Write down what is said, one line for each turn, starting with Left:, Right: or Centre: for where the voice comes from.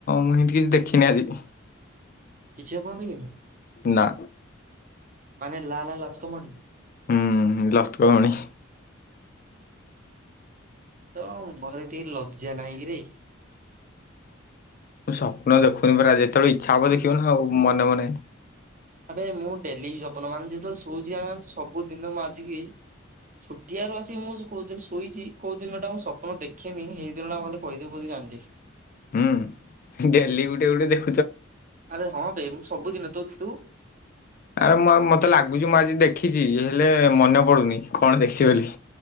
Left: ମୁଁ ହିତି କିଛି ଦେଖିନି ଆଜି।
Right: କିଛି ଅପଣନ୍ ଦେଖିନୁ।
Left: ନା।
Right: ମାନେ ଲା ଲା ଲଚକମଣି।
Left: ହୁଁ ଲତକ ମଣି।
Right: ତ ମନରେ ଟିକେ ଲଜ୍ଜା ନହିଁ କିରେ।
Left: ସ୍ୱପ୍ନ ଦେଖୁନି ପରା ଯେତେବେଳେ ଇଚ୍ଛା ହବ ଦେଖିବ ନା ଆଉ ମନେ ମନେ
Right: ଏବେ ମୁଁ ଡେଲି ସ୍ୱପ୍ନ ମାନେ ଯେତେବେଳେ ଶୋଉଛି ସବୁଦିନ ମୁଁ ଆଜିକି ଛୁଟିଆରୁ ଆସିକି ମୁଁ କୋଉ ଦିନ ଶୋଇଛି କୋଉ ଦିନ ଟା ମୁଁ ସ୍ୱପ୍ନ ଦେଖିନି ହେଇ ଦିନ ଟି କେ କହିଦେବି ବୋଲି ଜାଣିଦେବି।
Left: ହୁଁ ଡେଲି ଗୁଟେ ଗୁଟେ ଦେଖ
Right: ଆରେ ହଁ ବେ ମୁଁ ସବୁଦିନ ତୁ? ତୁ?
Left: ଆରେ ମତେ ଲାଗୁ ଲାଗୁଛି ମୁଁ ଆଜି ଦେଖିଛି ହେଲେ ମନେ ପଡୁନି କଣ ଦେଖିଛି ବୋଲି।